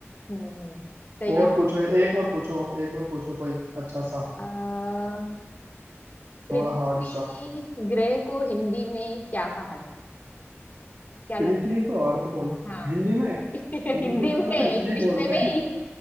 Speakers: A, on the left; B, on the right.
A: हम्म हम्म, सही
B: और
A: है
B: पूछो एक और पूछो एक और पूछो कोई अच्छा सा
A: आ, पृथ्वी
B: थोड़ा हार्ड सा
A: ग्रह को हिंदी में क्या कहा जाता है क्या लगता
B: पृथ्वी
A: है
B: को अर्थ बोल
A: हाँ
B: हिंदी में
A: <laughs> हिंदी
B: हिंदी में
A: में
B: तो पृथ्वी
A: इंग्लिश
B: बोलते
A: में नहीं
B: हैं